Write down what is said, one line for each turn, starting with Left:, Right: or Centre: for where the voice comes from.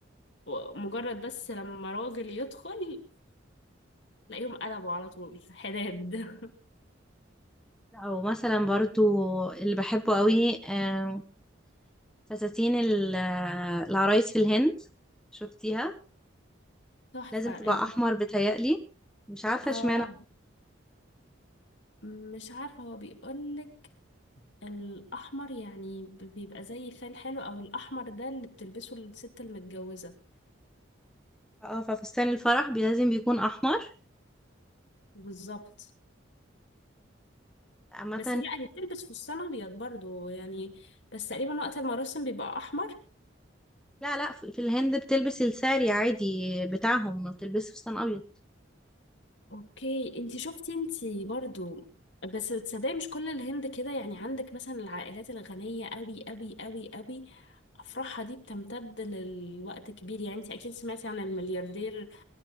Left: ومجرد بس لما راجل يدخل تلاقيهم قلبوا على طول حداد <laughs>
Centre: او مثلا برضو اللي بحبه قوي آه، فساتين ال- آه، العرايس في الهند شفتيها
Left: تحفة
Centre: لازم تبقى
Left: ال-
Centre: احمر بتهيألي مش عارفه
Left: اه
Centre: اشمعنى
Left: مش عارفة هو بيقولك الأحمر يعني ب- بيبقى زي فال حلو أو الأحمر ده اللي بتلبسه الست المتجوزة
Centre: اه ففستان الفرح بي- لازم بيكون احمر
Left: بالظبط
Centre: عامه
Left: بس لا هي بتلبس فستان أبيض برضو يعني بس تقريبا وقت المراسم بيبقى أحمر
Centre: لا لا في في الهند بتلبس الساري عادي بتاعهم ما بتلبسش فستان ابيض
Left: أوكي انتي شفتي انتي برضو بس تصدقي مش كل الهند كده يعني عندك مثلا العائلات الغنية أوي أوي أوي أوي أفراحها دي بتمتد للوقت كبير يعني انتي أكيد سمعتي عن الملياردير